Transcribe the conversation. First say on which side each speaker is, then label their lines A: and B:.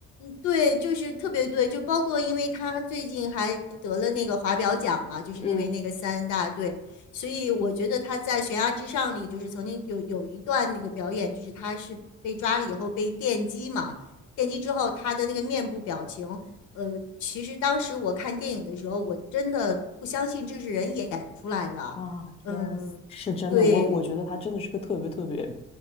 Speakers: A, on the left; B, on the left.
A: 对，就是特别对，就包括因为他最近还得了那个华表奖嘛，就是因为那个三大队，
B: 嗯。
A: 所以我觉得他在《悬崖之上》里就是曾经有有一段那个表演，就是他是被抓了以后被电击嘛，电击之后他的那个面部表情，呃，其实当时我看电影的时候，我真的不相信这是人演出来的啊，
B: 哇，
A: 嗯，
B: 天，是真的，
A: 对。
B: 我我觉得他真的是个特别特别